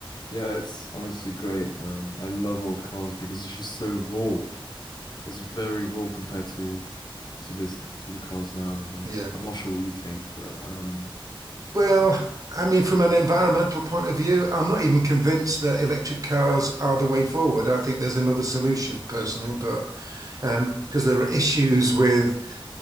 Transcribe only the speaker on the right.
Yeah.
Well,
I mean, from an environmental point of view, I'm not even convinced that electric cars are the way forward. I think there's another solution personally, but um, because there are issues with